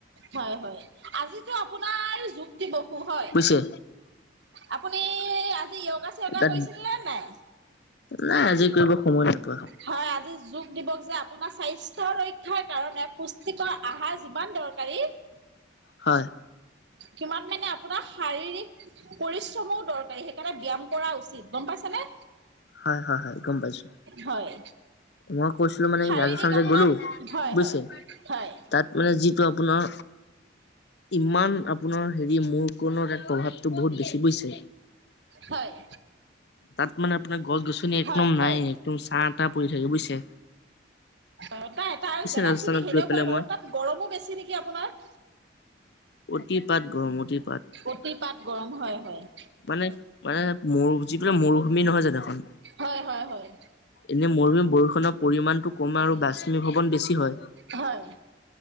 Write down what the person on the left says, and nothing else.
বুজিছে।
তাত
নাই আজি কৰিব সময় নোপোৱা
হয়
হয়-হয়-হয় গম পাইছো।
মই কৈছিলো মানে
ৰাজস্থান যে
গ'লো
বুজিছে
তাত মানে যিটো আপোনাৰ ইমান আপোনাৰ অ' হেৰি মোৰ পুনৰ তাত প্ৰভাৱটো বহুত বেছি বুইছে,
তাত মানে আপোনাৰ গছ-গছনি একদম
নাই, একদম চা-তা পৰি থাকে বুইছে।
ৰাজস্থানত
গৈ পেলাই
মই
অতিপাত গৰম অতি
মানে মানে মৰু যি মৰুভূমি নহয় জানো এখন
এনে মৰুভূমি বৰষুণৰ পৰিমাণটো কম আৰু বাষ্পীভৱন বেছি হয়।